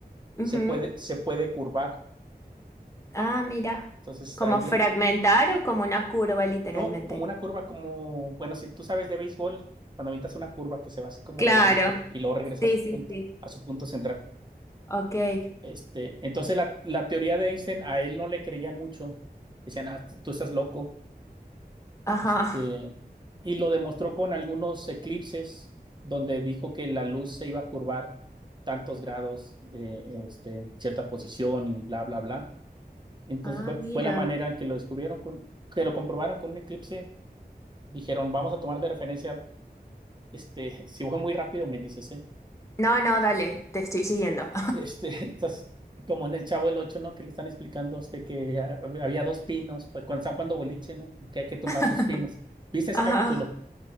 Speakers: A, on the left; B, on the right.
A: Ujú.
B: se puede, se puede curvar.
A: Ah, mira.
B: Entonces,
A: Como
B: ahí bien,
A: fragmentar o como una curva, literalmente.
B: no como una curva como, bueno, si tú sabes de béisbol, cuando avientas una curva que se va así como
A: Claro.
B: de ladito y luego regresa
A: Sí,
B: a su
A: sí,
B: punto,
A: sí.
B: a su punto central.
A: Ok.
B: Este, entonces la, la teoría de Einstein a él no le creían mucho. Decían, ah, tú estás loco.
A: Ajá.
B: Este, y lo demostró con algunos eclipses donde dijo que la luz se iba a curvar tantos grados, eh, este, en cierta posición y bla, bla, bla. Entonces
A: Ah,
B: fue,
A: mira.
B: fue la manera en que lo descubrieron, con- que lo comprobaron con un eclipse. Dijeron, vamos a tomar de referencia, este, <laughs> si voy muy rápido, me dices, ¿eh?
A: No, no, dale, te estoy siguiendo.
B: Este, <laughs> estás como en el Chavo el ocho ¿no? Que le están explicando a usted que ah, había dos pinos, pues cuando están jugando boliche, ¿no? Que hay que tumbar
A: <laughs>
B: los pinos. ¿Viste ese
A: Ajá.
B: capítulo?